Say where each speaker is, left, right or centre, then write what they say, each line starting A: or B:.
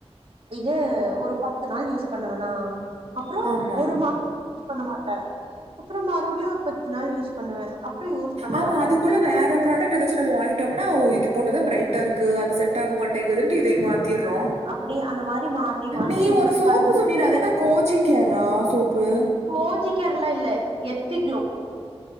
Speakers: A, on the right; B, on the right.
A: இது ஒரு பத்து நாள் யூஸ் பண்ணுவனா அப்றோ
B: ஆமா
A: ஒரு மாசத்துக்கு யூஸ் பண்ண மாட்ட அப்றோ மறுபடியு ஒரு பத்து நாள் யூஸ் பண்ணுவே அப்றோ யூஸ் பண்ண
B: ஆமா
A: மாட்டே
B: அதுக்குள்ள வேற ப்ராடக்ட் எதாச்சும் நம்ம வாங்கிட்டோம்னா இது போட்டதா பிரைட்டா இரு க்கு அது செட் ஆக மாட்டேங்குதுன்ட்டு இதை மாத்திர்றோ
A: அப்டி அந்த மாரி மாத்தி மாத்தி
B: நீ
A: யூஸ்
B: ஒரு சோப்பு
A: பண்ணி
B: சொன்னில்ல அது என்ன கோஜி கேரா சோப்பு
A: கோஜி கேரெல்லா இல்ல எத்திக்ளோ